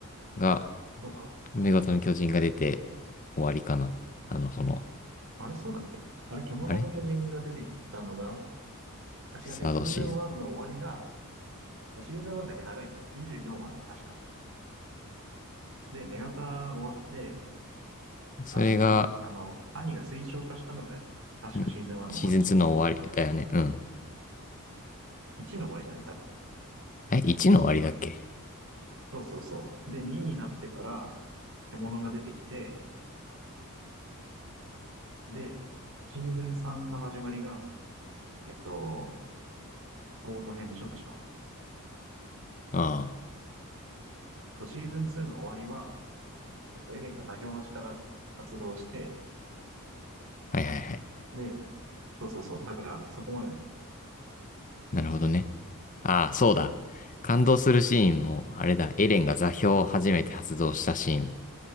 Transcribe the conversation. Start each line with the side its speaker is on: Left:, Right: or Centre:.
Left: が、
Right: そうか。
Left: 女型の巨人が出て終わりかな。あの、その、
Right: あれそうだっけあれ獣の巨人が出てきたのが、
Left: あれ
Right: あ、
Left: サードシーズ
Right: 違う違う、シーズン1の終わりが、シーズン1だけ長いんだよ。24話で確か。で、女型終わって、
Left: ン。それが、
Right: あの、メガ、あの、兄が推奨化したのが、確かシーズン1の終わりじゃなかったっけ
Left: んシーズン2の終わりだよね。うん。
Right: ?1 の終わりじゃない多分。
Left: え、1の終わりだっけ
Right: そうそうそう。で、2になってから、獣が出てきて、で、シーズン3の始まりが、えっと、オート編でしょ確か。
Left: あ
Right: そうシーズン2の終わりは、えっと、エレンが座標の力発動して、
Left: あ、はいはいはい。
Right: で、そうそうそう。だから、そこまでね。
Left: なるほどね。ああ、そうだ。
Right: そう。
Left: 感動するシーンも、あれだ、エレンが座標を初めて発動したシーン。